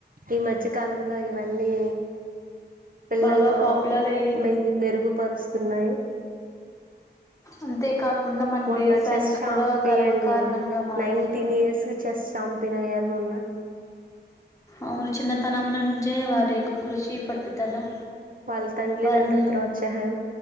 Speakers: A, on the right; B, on the left.
A: ఈ మధ్యకాలంలో ఇవన్నీ పిల్లల్లో
B: బాగా పాపులర్ అయ్యి
A: మది మెరుగు పరుస్తున్నాయి
B: అంతేకాకుండా మన
A: మొన్న
B: దేశానికి
A: చెస్ ఛాంపియన్
B: కూడా గర్వకారణంగా మారాయి
A: నైన్టీన్ ఇయర్స్ చెస్ చాంపిన్య్యార మొన్న
B: అవును చిన్నతనం నుంచే వారి యొక్క కృషి పట్టుదల
A: వాళ్ల తల్లిదండ్రుల
B: వారిని
A: ప్రోత్సాహం